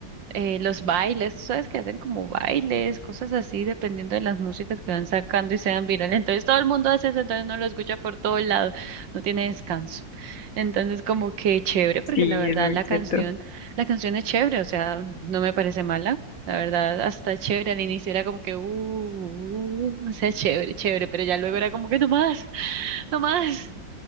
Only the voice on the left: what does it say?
Sí,
es muy
cierto.